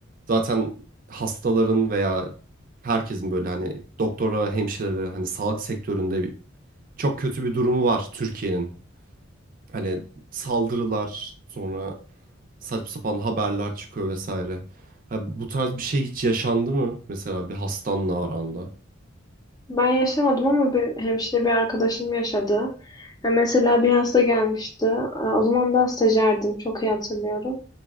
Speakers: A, on the right; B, on the left.
A: Zaten hastaların veya herkesin böyle hani doktorlara, hemşirelere hani sağlık sektöründe bir- çok kötü bir durumu var Türkiye'nin. Hani saldırılar sonra saçma sapan haberler çıkıyor vesaire. Ha, bu tarz bir şey hiç yaşandı mı mesela bir hastanla aranda?
B: Ben yaşamadım ama bir hemşire bir arkadaşım yaşadı. Ya Mesela bir hasta gelmişti. Ee, O zaman daha stajyerdim. Çok iyi hatırlıyorum.